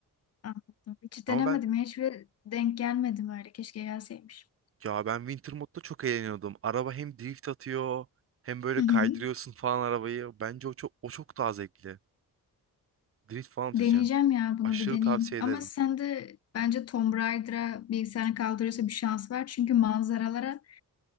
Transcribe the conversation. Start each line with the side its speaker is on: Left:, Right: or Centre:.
Left: Anladım. Hiç
Right: Ama
Left: denemedim
Right: ben
Left: ya. Hiçbir denk gelmedim öyle. Keşke gelseymiş.
Right: ya ben Winter modda çok eğleniyordum. Araba hem drift atıyor hem böyle
Left: Hı
Right: kaydırıyorsun
Left: hı.
Right: falan arabayı. Bence o çok o çok daha zevkli. Drift falan atıyorsun
Left: Deneyeceğim
Right: yani.
Left: ya bunu
Right: Aşırı
Left: bir deneyeyim.
Right: tavsiye
Left: Ama
Right: ederim.
Left: sen de bence Tomb Raider'a bilgisayarını kaldırıyorsa bir şans var. Çünkü manzaralara